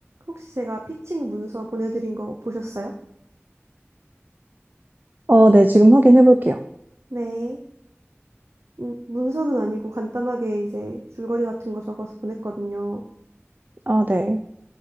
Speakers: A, on the right (about 75°); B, on the right (about 40°).
A: 혹시 제가 피칭 문서 보내드린 거 보셨어요?
B: 어, 네, 지금 확인해 볼게요.
A: 네. 음, 문서는 아니고 간단하게 이제 줄거리 같은 거 적어서 보냈거든요.
B: 아, 네.